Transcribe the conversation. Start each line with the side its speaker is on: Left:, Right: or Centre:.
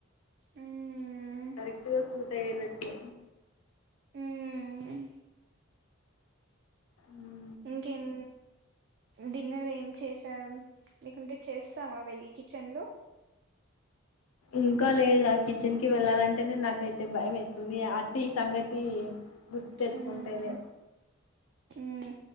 Right: హ్మ్
Left: కరెక్ట్ గా సూట్ అయేటట్టు
Right: మ్మ్
Left: మ్మ్
Right: ఇంకేం డిన్నర్ ఏం చేశావ్ లేకుంటే చేస్తావా వెళ్ళి కిచెన్ లో
Left: ఇంకా లేదు ఆ కిచెన్ కి వెళ్ళాలంటేనే నాకైతే భయం వేస్తుంది అతి సంగతి గుర్తు తెచ్చుకుంటేనే
Right: హ్మ్ ఉమ్